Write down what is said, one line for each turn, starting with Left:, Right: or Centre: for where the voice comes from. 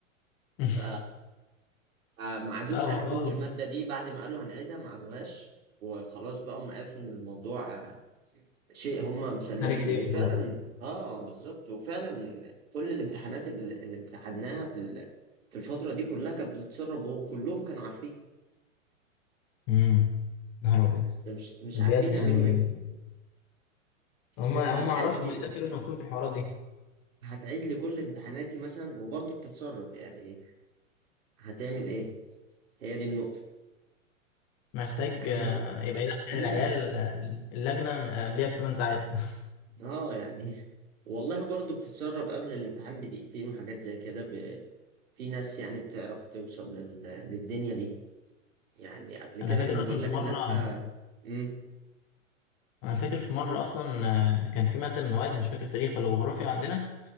Left: <laughs>
Right: ف فما عادوش
Left: اه
Right: آخر-
Left: خلاص
Right: اول ماده دي بعد ما قالوا هنعيدها ما عادوهاش وخلاص بقى هم عرفوا ان الموضوع آه، شيء هم مسلمين
Left: خارج
Right: له
Left: ايديهم
Right: وفعلا
Left: خلاص
Right: اه بالظبط وفعلا كل الامتحانات ال- اللي امتحناها في ال- في الفتره دي كلها كانت بتتسرب وهو كلهم كانوا عارفين
Left: امم نهار ابيض
Right: بس مش مش
Left: بجد
Right: عارفين يعملوا
Left: يعني
Right: ايه اصل
Left: هم
Right: انت
Left: هم
Right: هتعيد
Left: ما اعرفش
Right: لي
Left: هم ليه دخلوا نفسهم في الحوارات دي
Right: هتعيد لي كل امتحاناتي مثلا وبرضه بتتسرب يعني هتعمل ايه هي دي النقطه
Left: محتاج
Right: يعني
Left: آه،
Right: ما
Left: يبقى يدخل
Right: مم.
Left: العيال آه، اللجنة آه، قبليها بثمان ساعات <laughs>
Right: اه يعني والله برضو بتتسرب قبل الامتحان بدقيقتين وحاجات زي كده ب... في ناس يعني بتعرف توصل لل... للدنيا دي يعني قبل كده
Left: أنا فاكر
Right: كانوا
Left: أصلا
Right: بيقول
Left: في
Right: لك
Left: مرة
Right: لا امم
Left: أنا فاكر في مرة
Right: قول
Left: أصلا آه، كان في مادة من المواد مش فاكر تاريخ ولا جغرافيا عندنا